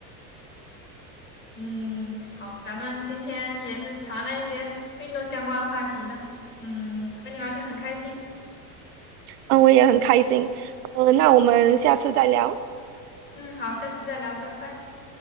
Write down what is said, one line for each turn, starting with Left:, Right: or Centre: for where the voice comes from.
Left: 嗯，好，咱们今天也是谈了一些运动相关的话题呢。嗯，和你聊天很开心。
Right: 嗯，我也很开心。呃，那我们下次再聊，
Left: 嗯，好，下次再聊，拜拜。